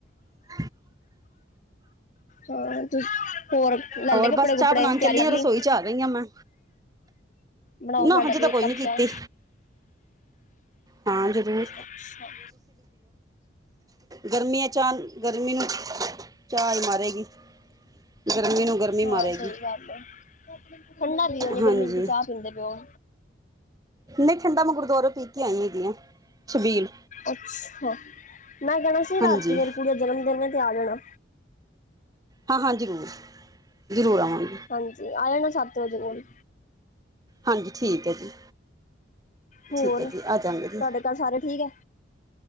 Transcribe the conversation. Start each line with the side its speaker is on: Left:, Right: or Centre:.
Right: <inaudible>
Left: ਹਾਂ ਤੁਸੀਂ ਹੋਰ ਲੈ
Right: ਹੋਰ
Left: ਲਏ ਕੱਪੜੇ
Right: ਬਸ,
Left: ਕੁਪੜੇ
Right: ਚਾਹ ਬਣਾਣ ਚੱਲੀ
Left: ਤਿਆਰੀ ਕਰ
Right: ਆ,
Left: ਲਈ
Right: ਰਸੋਈ'ਚ ਆ ਗਈਆਂ ਮੈਂ।
Left: ਬਣਾਓ
Right: ਨਾ,
Left: ਸਾਡਾ
Right: ਹਜੇ
Left: ਵੀ
Right: ਤਾਂ ਕੋਈ
Left: ਇੱਕ ਕੱਪ
Right: ਨੀ ਕੀਤੀ।
Left: ਚਾਹ
Right: ਹਾਂ, ਜਰੂਰ।
Left: ਅੱਛਾ
Right: ਗਰਮੀ ਹੈ ਚਾਹ ਗਰਮੀ ਨੂੰ ਚਾਹ ਈ ਮਾਰੇਗੀ। ਗਰਮੀ ਨੂੰ। ਗਰਮੀ
Left: ਹਾਂ
Right: ਮਾਰੇਗੀ
Left: ਸਹੀ ਗੱਲ ਏ, ਠੰਡਾ ਪੀਓ ਏਨੀ
Right: ਹਾਂਜੀ
Left: ਗਰਮੀ'ਚ ਚਾਹ ਪੀਂਦੇ ਪਏ ਓ।
Right: ਨਹੀਂ ਠੰਡਾ ਮੈਂ ਗੁਰਦੁਆਰੋਂ ਪੀ ਕੇ ਆਈ ਹੈਗੀ ਆ ਛਬੀਲ
Left: ਅੱਛਾ। ਮੈਂ ਕਹਿਣਾ ਸੀ,
Right: ਹਾਂਜੀ
Left: ਰਾਤੀ ਮੇਰੀ ਕੁੜੀ ਦਾ ਜਨਮ-ਦਿਨ ਏ, ਤੇ ਆ ਜਾਣਾ।
Right: ਹਾਂ-ਹਾਂ, ਜ਼ਰੂਰ, ਜ਼ਰੂਰ ਆਵਾਂਗੇ।
Left: ਹਾਂਜੀ, ਆ ਜਾਣਾ ਸੱਤ ਵਜੇ ਕੋਲ।
Right: ਹਾਂਜੀ, ਠੀਕ ਐ ਜੀ।
Left: ਹੋਰ?
Right: ਠੀਕ ਹੈ ਜੀ ਆ ਜਾਂਗੇ ਜੀ
Left: ਤੁਹਾਡੇ ਘਰ ਸਾਰੇ ਠੀਕ ਐ?